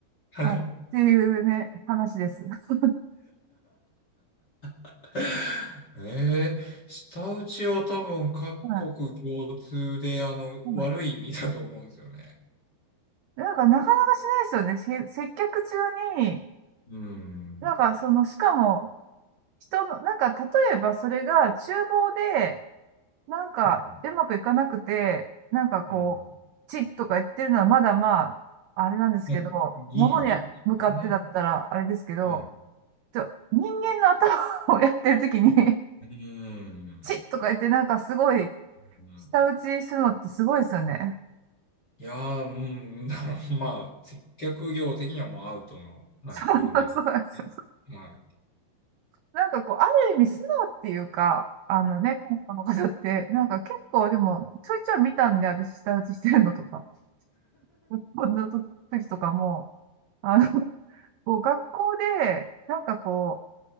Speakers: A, on the left; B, on the right.
A: はい。
B: まあ、っていうね、話です。<laughs>
A: <laughs> えー舌打ちは多分各国共通で、
B: はい。
A: あの、
B: はい
A: 悪い意味だと思うんですよね。
B: なんかなかなかしないですよね。せ接客中に、
A: うん。
B: なんかその、しかも人の、なんか例えばそれが厨房でなんかうまくいかなくて、
A: うん。
B: なんかこう、
A: うん。
B: チッとか言ってるのはまだまあ、あれなんですけど、
A: ねギリ、
B: 物に向かってだったらあれですけど、
A: そうですね。はい。
B: と、人間の頭をやってるときに、<laughs>
A: うん。
B: チッとか言ってなんかすごい、
A: うん
B: 舌打ちするのってすごいですよね。
A: いやー、うん、<laughs> まあ、接客業的にはもうアウトの、はい、
B: そう、
A: 振る舞い。
B: そうなんですよ。
A: はい。
B: なんかこう、ある意味素直っていうか、あのね、韓国の方って、なんか結構でも、ちょいちょい見たんで、私舌打ちしてるのとか、<laughs> こんな時とかも、あの、こう、学校で、なんかこ